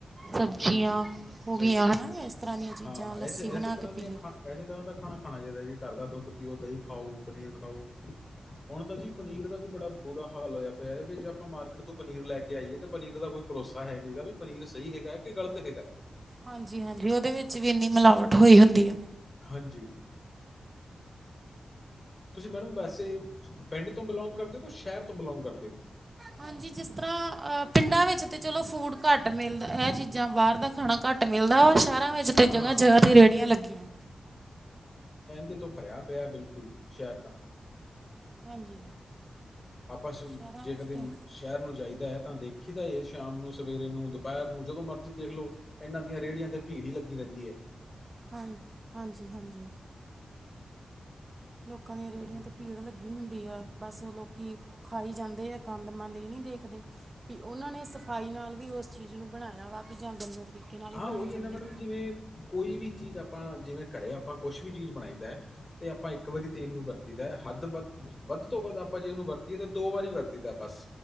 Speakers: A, on the right; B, on the left.
A: ਸਬਜ਼ੀਆਂ
B: ਹਾਂਜੀ
A: ਹੋ
B: ਸਹੀ
A: ਗਈਆਂ
B: ਗੱਲ ਹੈ
A: ਹਨਾ
B: ਜੀ
A: ਇਸ ਤਰ੍ਹਾਂ ਦੀਆਂ ਚੀਜ਼ਾਂ
B: ਹਾਂ,
A: ਲੱਸੀ
B: ਐਸੇ
A: ਬਣਾ
B: ਐਸੇ ਤਰ੍ਹਾਂ
A: ਕੇ
B: ਦੀਆਂ
A: ਪੀ ਲੀ।
B: ਖਾ ਐਸੇ ਤਰ੍ਹਾਂ ਦਾ ਖਾਣਾ ਖਾਣਾ ਚਾਹੀਦਾ ਜੀ ਘਰ ਦਾ ਦੁੱਧ ਪੀਓ, ਦਹੀਂ ਖਾਓ, ਪਨੀਰ ਖਾਓ। ਹੁਣ ਤਾ ਜੀ ਪਨੀਰ ਦਾ ਵੀ ਬੜਾ ਬੁਰਾ ਹਾਲ ਹੋਇਆ ਪਿਆ ਵੀ ਜੇ ਆਪਾਂ ਮਾਰਕੀਟ ਤੋਂ ਪਨੀਰ ਲੈ ਕੇ ਆਈਏ ਤੇ ਪਨੀਰ ਦਾ ਕੋਈ ਭਰੋਸਾ ਹੈ ਨੀ ਹੈਗਾ ਵੀ ਪਨੀਰ ਸਹੀ ਹੈਗਾ ਕਿ ਗਲਤ ਹੈਗਾ।
A: ਹਾਂਜੀ-ਹਾਂਜੀ ਉਹਦੇ ਵਿੱਚ ਵੀ ਇੰਨੀ ਮਿਲਾਵਟ ਹੋਈ ਹੁੰਦੀ ਆ।
B: ਹਾਂਜੀ ਤੁਸੀਂ ਮੈਡਮ ਵੈਸੇ ਪਿੰਡ ਤੋਂ ਬਿਲੋਂਗ ਕਰਦੇ ਹੋ ਕੇ ਸ਼ਹਿਰ ਤੋਂ ਬਿਲੋਂਗ ਕਰਦੇ ਹੋ।
A: ਹਾਂਜੀ ਜਿਸ ਤਰ੍ਹਾਂ ਅ ਪਿੰਡਾਂ ਵਿੱਚ ਤੇ ਚਲੋ ਫੂਡ ਘੱਟ ਮਿਲਦਾ ਇਹ ਚੀਜ਼ਾਂ ਬਾਹਰ ਦਾ ਖਾਣਾ ਘੱ ਘੱਟ ਮਿਲਦਾ ਵਾ ਸ਼ਹਿਰਾਂ ਵਿੱਚ ਤੇ
B: ਹਾਂ,
A: ਜਗ੍ਹਾ-ਜਗ੍ਹਾ ਤੇ ਰੇਹੜੀਆਂ ਲੱਗੀਆਂ।
B: ਇ ਤੋਂ ਪਰਿਆ ਪਿਆ ਬਿਲਕੁਲ ਸ਼ਹਿਰ ਤਾਂ।
A: ਹਾਂਜੀ
B: ਆਪਾਂ
A: ਸ਼ਹਿਰਾਂ
B: ਜੇ
A: ਵਿੱਚ
B: ਕਦੇ
A: ਤੇ
B: ਸ਼ਹਿਰ ਨੂੰ ਜਾਈ ਦਾ ਤਾਂ ਦੇ ਖੀ ਦਾ ਏ ਸ਼ਾਮ ਨੂੰ, ਸਵੇਰੇ ਨੂੰ, ਦੁਪਹਿਰ ਨੂੰ ਜਦੋਂ ਮਰਜ਼ੀ ਦੇਖ ਲਓ ਇਹਨਾਂ ਦੀਆਂ ਰੇੜੀਆਂ ਤੇ ਭੀੜ ਹੀ ਲੱਗੀ ਰਹਿੰਦੀ ਐ।
A: ਹਾਂ ਹਾਂਜੀ-ਹਾਂਜੀ ਲੋਕਾਂ ਦੀਆਂ ਰੇੜੀਆਂ
B: ਉਹੀ-
A: ਤੇ ਪੀੜ ਲੱਗੀ ਬਸ ਲੋਕੀ ਖਾਈ ਜਾਂਦੇ ਆ ਗੰਦ ਮੰਦ ਹੀ ਨਹੀਂ ਦੇਖਦੇ ਵੀ ਉਹਨਾਂ ਨੇ ਸਫਾਈ ਨਾਲ ਵੀ ਉਸ ਚੀਜ਼ ਨੂੰ ਬਣਾਇਆ ਵਾ ਤੇ ਜਾਂ ਗੰਦੇ ਤਰੀਕੇ ਨਾਲ ਹੀ
B: ਆ ਉਹੀ
A: ਬਣਾਈ ਜਾਂਦੇ
B: ਇਨਾ ਮੈਡਮ ਜਿਵੇਂ ਕੋਈ ਵੀ ਚੀਜ਼ ਆਪਾ ਜਿਵੇਂ ਘਰੇ ਆਪਾਂ ਕੁਛ ਵੀ ਚੀਜ਼ ਬਣਾਈਦਾ ਤੇ ਆਪਾਂ ਇੱਕ ਵਾਰੀ ਤੇਲ ਨੂੰ ਵਰਤੀਦਾ ਹੱਦ ਵੱਧ, ਵੱਧ ਤੋਂ ਵੱਧ ਅੱਪ ਭਾਜੀ ਨੂੰ ਵਰਤੀ ਤੇ ਦੋ ਵਾਰੀ ਵਰਤੀਦਾ ਬਸ